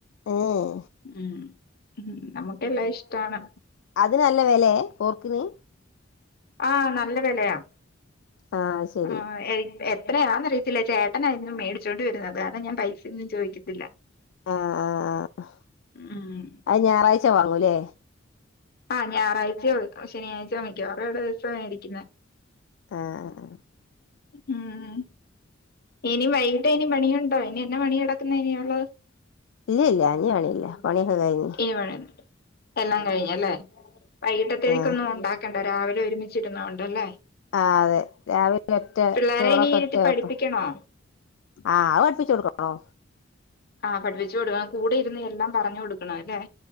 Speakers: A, on the left; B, on the left.
A: ഏഹ്
B: ഉം ഉം നമുക്കെല്ലാം ഇഷ്ടാണ്
A: അത് നല്ലതാല്ലേ പോർക്കിന്
B: ആഹ് നല്ല വെലയാ
A: ആഹ് ശരി
B: ആഹ് എ എത്രയാന്നറിയ് ത്തില്ല ചേട്ടനാ എന്നും മേടിച്ചോണ്ട് വരുന്നത് അത് കാരണം ഞാൻ പൈസയൊന്നും ചോയ്ക്കത്തില്ല
A: ആഹ് ആഹ് ആഹ്
B: ഉം
A: അത് ഞായറാഴ്ച വാങ്ങൂല്ലേ
B: ആഹ് ഞായറാഴ്ചയോ ശനിയാഴ്ചയോ മിക്കവാറും <unintelligible> മേടിക്കുന്ന
A: ആഹ് ആഹ്
B: ഉം ഇനി വൈകിട്ട് ഇനി പണിയുണ്ടോ ഇനി എന്നാ പണികിടക്കുന്ന ഇനിയുള്ളത് <unintelligible>
A: ഇല്ല ഇല്ല ഇനി പണിയില്ല പണിയൊക്കെ കഴിഞ്ഞ്
B: ഇവടെ എല്ലാം കഴിഞ്ഞല്ലേ വൈകിട്ടത്തേക്ക്
A: ആഹ്
B: ഒന്നും ഉണ്ടാക്കണ്ട രാവിലെ ഒരുമിച്ചിരുന്ന കൊണ്ടല്ലേ
A: ആഹ് അതെ രാവിലെ ഒറ്റ
B: പിള്ളേരെ
A: ചോറൊക്കെ
B: ഇനി ഇരുത്തി
A: ഒറ്റ
B: പഠിപ്പിക്കണോ
A: വെപ്പാ ആഹ് അത് പഠിപ്പിച്ചു കൊടുക്കണോ?
B: ആഹ് പഠിപ്പിച്ചു കൊടുക്കണം കൂടെ ഇരുന്ന് എല്ലാം പറഞ്ഞു കൊടുക്കണം അല്ലേ